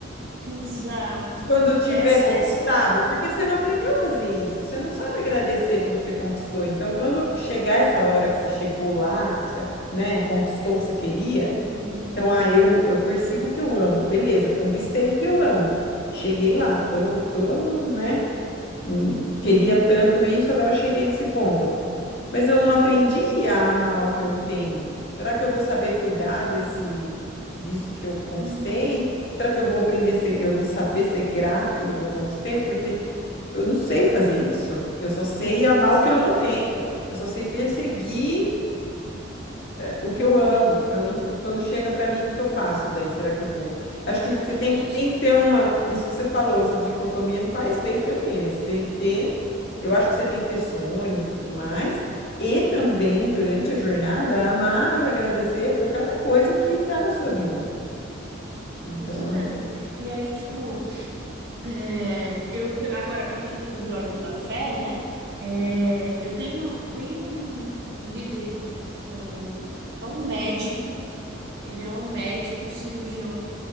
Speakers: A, on the right; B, on the left.
A: Exato.
B: Quando tiver
A: Esse,
B: conquistado,
A: esse é o ponto.
B: porque você não aprendeu a fazer isso, você não sabe agradecer pelo que você conquistou. Então, quando chegar essa hora que você chegou lá, que você, né, conquistou o que você queria,
A: Uhum.
B: Então, ah, eu, eu persigo o que eu amo. Beleza, conquistei o que eu amo. Cheguei lá, tô, tô no, né? Hum,
A: Uhum,
B: Queria tanto isso, agora cheguei nesse ponto. Mas eu não aprendi a amar o que eu tenho. Será que eu vou saber cuidar desse, disso que eu conquistei?
A: uhum,
B: Será que eu vou aprender, a ser, eu vou saber ser grato pelo que eu conquistei? Porque eu não sei fazer isso. Eu só sei amar
A: exato.
B: o que eu não tenho. Eu só sei perseguir o que
A: Uhum,
B: eu amo, eu não- quando chega pra mim, o que que eu faço daí? Será que eu vou? Acho
A: exatamente.
B: que você tem que, tem que ter uma, isso que você falou, essa dicotomia não faz bem pra ninguém, né? Você tem que ter, eu acho que você tem que ter sonhos e tudo mais, e também durante a jornada amar e agradecer por cada coisa que tá na sua vida. Então,
A: Com certeza. E aí, tipo, é, eu te- agora partindo dos olhos da fé, né? é, eu tenho, tenho um, um líder. eh, É um médico, ele é um médico cirurgião